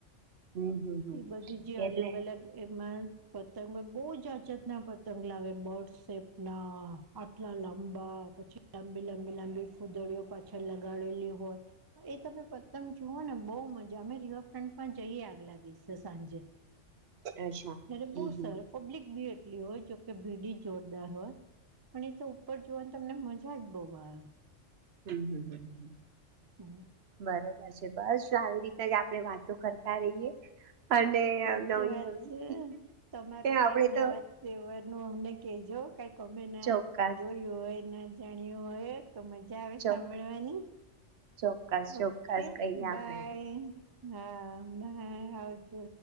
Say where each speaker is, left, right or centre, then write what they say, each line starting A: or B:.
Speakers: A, on the right; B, on the right.
A: હમ હમ હમ
B: એ બધી જે અલગ
A: એટલે
B: અલગ એમાં પતંગ બહુ જ અજત ના પતંગ લાવે બર્ડ સપ ના આટલા લંબા પછી લાંબી લંબી લાંબી ફૂદડીઓ પાછળ લગાડેલી હોય એ તમે પતંગ જુઓ ને બહુ મજા અમે રિવરફ્રન્ટ પણ જઈએ આગલા દિવસે સાંજે
A: અચ્છા
B: ત
A: હમ
B: બહ
A: હમ
B: સર પબ્લિક બી એટલી હોય જોકે ભીડી જોરદાર હોય પણ એ તો ઉપર જોવાની તમને મજા જ બહુ આવે
A: હમ હમ હમ હમ
B: હમ
A: બરોબર છે બસ જો આવી રીતે જ આપણેે વાતો કરતા રહીયએ અને
B: સાચી
A: નવી
B: વાત
A: નવી
B: છે. તમારો
A: આપણેે
B: કઈક નવા
A: તો
B: તહેવાર નું અમને કહેજો કઈક અમે ના
A: ચોક્કસ
B: જોયું હોય ના જાણ્યું હોય તો મજા આવે
A: ચોક્કસ
B: સાંભળવાની
A: ચોક્કસ ચોક્કસ
B: ઓકે
A: કહીએ
B: બાય
A: આપડે
B: હા બાય આવજો